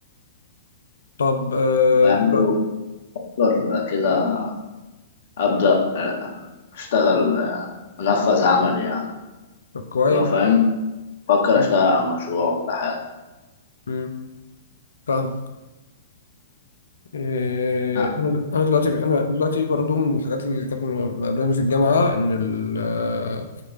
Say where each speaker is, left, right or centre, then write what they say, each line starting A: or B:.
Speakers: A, on the left (about 80°); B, on the left (about 60°).
A: طب آه
B: فيعني
A: دلوقتي
B: بفكر كده ابدا آه، اشتغل آه، انفذ عمل يعني
A: طب كويس
B: لو فاهم بفكر
A: مم.
B: اشتغل على مشروع ولا حاجة
A: مم. فاهم آه
B: آه،
A: انا انا دلوقتي انا دلوقتي برضو من الحاجات اللي كانت مقابلاني في الجامعه ان ال- آه،